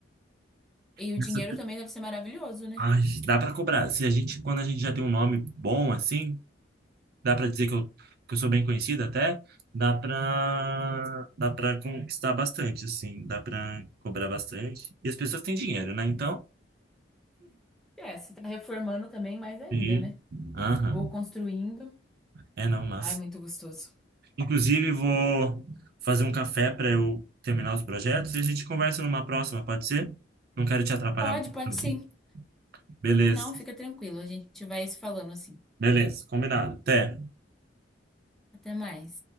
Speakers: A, in the centre; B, on the right (about 55°).
A: E o
B: Essa-
A: dinheiro também deve ser maravilhoso, né?
B: Ai, dá para cobrar. Se a gente, quando a gente já tem um nome bom assim, dá para dizer que eu, que eu sou bem conhecido até, dá para dá para conquistar bastante, assim, dá para cobrar bastante. E as pessoas têm dinheiro, né? Então,
A: É, você tá reformando também mais ainda,
B: sim.
A: né?
B: Aham.
A: Ou construindo.
B: É, não, mas.
A: Ai, muito gostoso.
B: Inclusive, vou fazer um café para eu terminar os projetos e a gente conversa numa próxima, pode ser? Não quero te atrapalhar
A: Pode,
B: muito.
A: pode
B: também.
A: sim.
B: Beleza,
A: Não, fica tranquilo. A gente vai se falando assim.
B: beleza, combinado. Até.
A: Até mais.